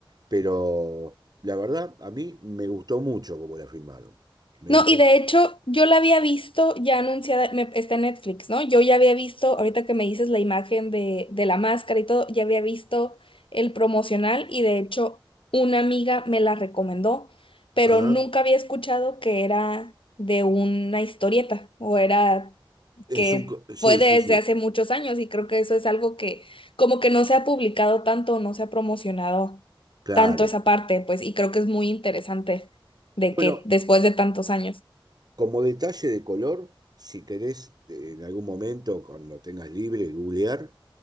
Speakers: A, on the right (about 50°); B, on the left (about 75°).
A: Pero la verdad, a mí me gustó mucho como la filmaron. Me
B: No,
A: gustó.
B: y de hecho, yo la había visto ya anunciada, me- está en Netflix, ¿no? Yo ya había visto, ahorita que me dices la imagen de, de la máscara y todo, ya había visto el promocional y de hecho una amiga me la recomendó, pero
A: Ah,
B: nunca había escuchado que era de una historieta o era
A: es
B: que
A: un, co- sí,
B: fue desde
A: sí, sí,
B: hace muchos años y creo que eso es algo que como que no se ha publicado tanto, no se ha promocionado
A: claro.
B: tanto esa parte, pues, y creo que es muy interesante de
A: Bueno,
B: que después de tantos años.
A: como detalle de color, si querés eh, en algún momento, cuando tengas libre, googlear,